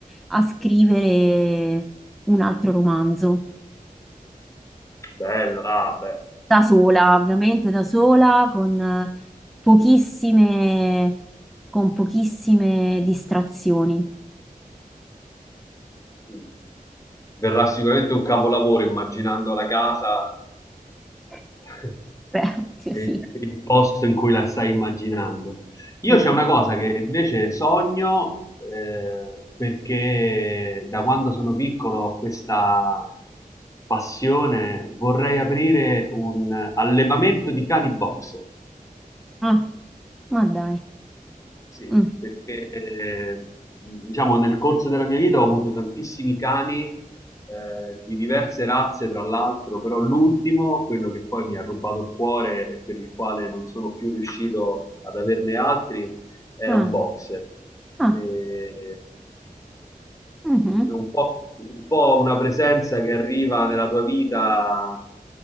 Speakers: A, in the centre; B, on the left (about 20°).
A: a scrivere un altro romanzo.
B: Bello, ah, beh.
A: Da sola, ovviamente da sola, con eh, pochissime, con pochissime distrazioni.
B: mm. Verrà sicuramente un capolavoro immaginando la casa
A: <laughs>
B: <laughs>
A: Beh, oddio,
B: è
A: sì.
B: il, il posto in cui la stai immaginando. Io
A: Mm.
B: c'è una cosa che invece sogno eh, perché da quando sono piccolo ho questa passione, vorrei aprire un allevamento di cani boxer.
A: Ah, ma dai.
B: Sì,
A: Mm.
B: perché eh, diciamo nel corso della mia vita ho avuto tantissimi cani eh, di diverse razze, tra l'altro, però l'ultimo, quello che poi mi ha rubato il cuore e per il quale non sono più riuscito ad averne altri, era
A: Ah,
B: un boxer.
A: ah,
B: E-
A: mhm.
B: è un po', un po' una presenza che arriva nella tua vita,